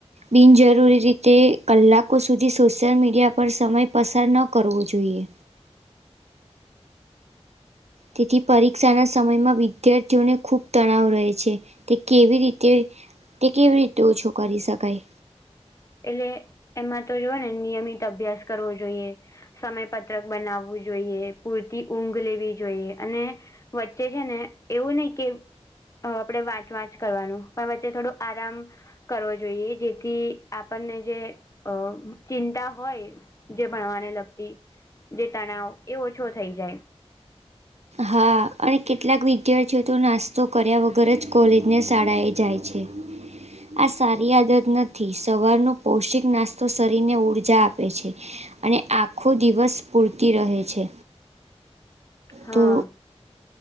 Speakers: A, on the right; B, on the left.
A: બિનજરૂરી રીતે કલાકો સુધી સોશિયલ મીડિયા પર સમય પસાર ન કરવો જોઈએ. તેથી પરીક્ષાના સમયમાં વિદ્યાર્થીઓને ખૂબ તણાવ રહે છે. તે કેવી રીતે તે કેવી રીતે ઓછો કરી શકાય.
B: એટલે એમાં તો જોવે ને નિયમિત અભ્યાસ કરવો જોઈએ. સમય પત્રક બનાવવું જોઈએ, પૂરતી ઊંઘ લેવી જોઈએ. અને વચ્ચે છે ને એવું નહીં કે અહ આપણે વાંચ-વાંચ કરવાનું. પણ વચ્ચે થોડું આરામ કરવો જોઈએ, એ જેથી આપણને જે અહ ચિંતા હોય જે ભણવાને લગતી જે તણાવ એ ઓછો થઈ જાય.
A: હા. અને કેટલાક વિદ્યાર્થીઓ તો નાસ્તો કર્યા વગર જ કોલેજ ને શાળાએ જાય છે. આ સારી આદત નથી. સવારનો પૌષિક નાસ્તો શરીરને ઉર્જા આપે છે. અને આખું દિવસ સ્ફુર્તિ રહે છે.
B: હા.
A: તો